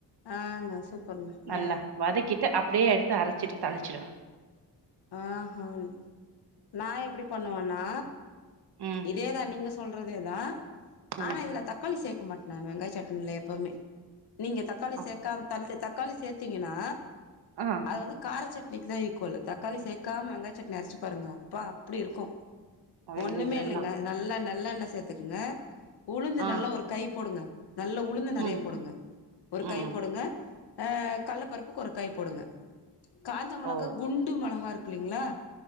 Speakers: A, on the left; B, on the right.
A: ஆங்க சூப்பருங்க
B: நல்ல
A: ஆ
B: வதக்கிட்டு அப்டே எடுத்து அரச்சிட்டு தாளிச்சுடுவே
A: அ ஹன் நா எப்டி பண்ணுவன்னா
B: ம்
A: இதேதா நீங்க சொல்றதே தா
B: ம்
A: ஆனா இதுல தக்காளி சேக்க மாட் நா வெங்காய சட்னில எப்பமே நீங்க தக்காளி
B: அ
A: சேக்காம தள் தக்காளி சேத்தீங்கன்னா
B: ஆ
A: அது வந்து காரச்சட் க்கு தா ஈக்குவலு தக்காளி சேக்காம வெங்காய் சட்னி அரைச்சு பாருங்க அப்பா அப்டி இருக்கு
B: அய்ய
A: ஒண்ணுமே
B: யோ
A: இல்லங்க நல்லா நல்லெண்ண சேத்துக்குங்க உளுந்து
B: ஆ
A: நல்லா ஒரு கை போடுங்க நல்ல உளுந்து நறைய
B: ம்
A: போடுங்க ஒரு
B: ம்
A: கை போடுங்க அ கல்ல பருப்பு ஒரு கை போடுங்க காஞ்ச மொளகா
B: ஓ
A: குண்டு மொளகாருக் கு இல்லிங்ளா